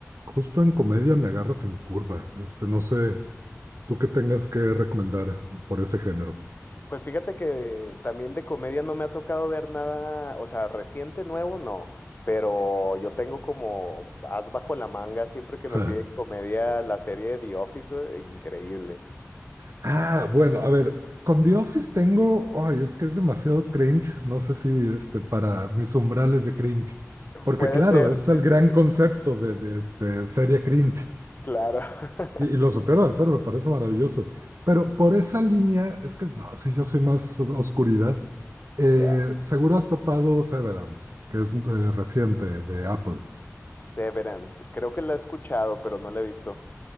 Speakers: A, on the right; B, on the left.
A: Justo en comedia me agarras en curva. Este, no sé, tú qué tengas que recomendar por ese género.
B: Pues fíjate que también de comedia no me ha tocado ver nada, o sea, reciente, nuevo, no. Pero yo tengo como as bajo la manga siempre que
A: <laughs>
B: me piden comedia la serie The Office, eh, increíble.
A: Ah, bueno, a ver, con The Office tengo, ay, es que es demasiado cringe. No sé si este para mis umbrales de cringe, porque
B: Puede
A: claro,
B: ser,
A: es
B: sí,
A: el gran
B: sí, sí,
A: concepto
B: sí,
A: de, de, este serie cringe
B: claro. <laughs>
A: y, y lo supero de hacer, me parece maravilloso. Pero por esa línea es que no, si yo soy más oscuridad. Eh,
B: Ya.
A: seguro has topado Severance, que es eh, reciente de Apple.
B: Severance. Creo que la he escuchado, pero no la he visto.